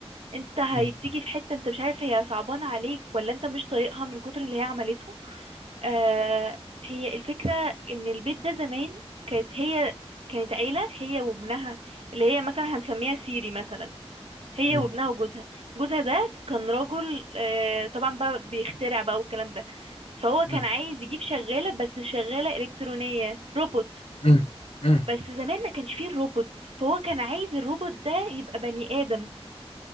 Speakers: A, on the right; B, on the left.
A: انت هتيجي
B: مم،
A: في حتة انت مش عارف هي صعبانة عليك ولا انت مش طايقها من كتر اللي هي عملته آه هي الفكرة ان البيت ده زمان كانت هي كانت عيلة هي وابنها اللي هي مثلا هنسميها سيري مثلا هي
B: مم،
A: وابنها وجوزها جوزها ده كان راجل آه طبعا بقى بيخترع بقى والكلام ده فهو
B: مم،
A: كان عايز يجيب شغالة بس شغالة إلكترونية روبوت
B: إمم، إمم،
A: بس زمان ما كانش فيه الروبوت فهو كان عايز الروبوت ده يبقى بني آدم